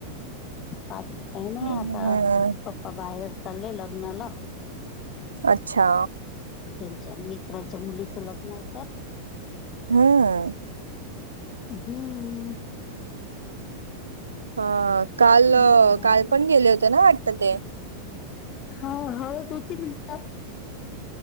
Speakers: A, on the left (about 30°); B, on the right (about 75°).
A: बाकी काय नाही
B: हम्म
A: आता.... मग बाहेर चालले लग्नाला....
B: अच्छा
A: त्यांच्या मित्रांच्या मुली लग्न आहे तर....
B: हम्म.....
A: हम....
B: हा काल
A: लग्नाचं
B: काल पण गेले होते ना वाटत ते....
A: हा होळ तुमची तुमची....